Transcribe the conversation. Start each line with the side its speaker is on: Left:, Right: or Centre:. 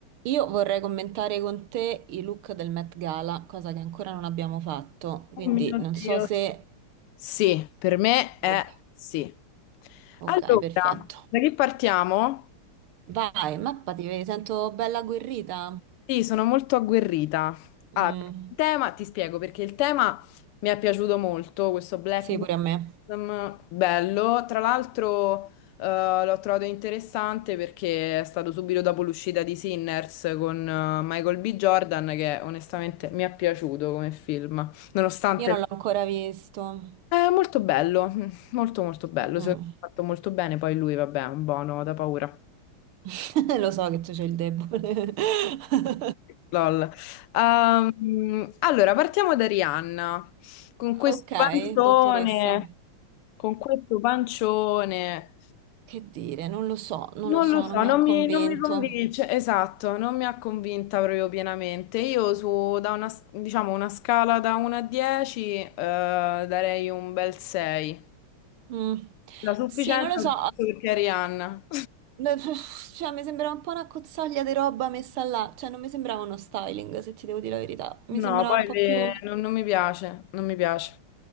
Right: Io vorrei commentare con te i look del Met Gala, cosa che ancora non abbiamo fatto, quindi
Left: Oh mio
Right: non
Left: Dio.
Right: so se...
Left: Sì, per me è
Right: Ok,
Left: sì.
Right: ok,
Left: Allora,
Right: perfetto.
Left: da che partiamo?
Right: Vai, mappati, ti sento bella agguerrita.
Left: Sì, sono molto agguerrita. Allora,
Right: Mm,
Left: il tema, ti spiego perché il tema mi è piaciuto molto, questo Black
Right: sì, pure a me.
Left: Bottom, bello. Tra l'altro, eh, l'ho trovato interessante perché è stato subito dopo l'uscita di Sinners con eh, Michael B. Jordan, che onestamente mi è piaciuto come film, nonostante
Right: Io non l'ho ancora visto.
Left: È molto bello, <laughs> mm, molto molto bello,
Right: Mm.
Left: secondo me è fatto molto bene, poi lui vabbè è un buono da paura.
Right: <laughs> Lo so che tu c'hai il debole. <laughs>
Left: Lol. Ehm, allora, partiamo da Rihanna, con questo
Right: Ok,
Left: pancione,
Right: dottoressa.
Left: con questo pancione.
Right: Che dire, non lo so, non
Left: Non
Right: lo so,
Left: lo so,
Right: non mi
Left: non
Right: ha convinto.
Left: mi, non mi convince, esatto, non mi ha convinta proprio pienamente. Io su, da una, s- diciamo, una scala da 1 a 10, eh, darei un bel 6.
Right: Mm.
Left: La sufficienza
Right: Sì, non lo so.
Left: perché è Rihanna.
Right: No, <laughs> Cioè, mi sembrava un po' una cozzaglia di roba messa là, cioè non mi sembrava uno styling, se ti devo dire la verità. Mi
Left: No,
Right: sembrava
Left: poi
Right: un po'
Left: le-
Right: più...
Left: non, non mi piace, non mi piace.